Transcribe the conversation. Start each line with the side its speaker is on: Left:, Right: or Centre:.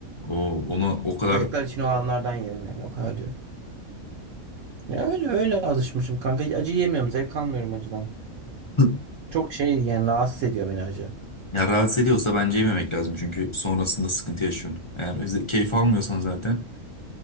Left: O ona o kadar
Right: Çocuklar için olanlardan yerim yani o kadar diyorum. Ya öyle öyle alışmışım kanka. Hiç acı yemiyorum. Zevk almıyorum acıdan.
Left: <laughs>
Right: Çok şey yani rahatsız ediyor beni acı.
Left: Ya rahatsız ediyorsa bence yememek lazım çünkü sonrasında sıkıntı yaşıyorsun. Eğer öze- keyif almıyorsan zaten.